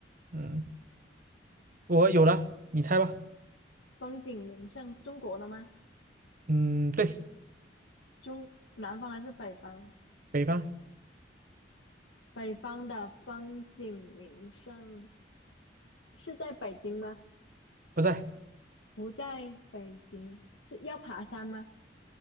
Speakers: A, on the right; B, on the left.
A: 嗯，我有了，你猜吧。
B: 风景名胜，中国的吗？
A: 嗯，对，
B: 中南方还是北方？
A: 北方
B: 北方的风景名胜是在北京吗？
A: 不在，
B: 不在北京，是要爬山吗？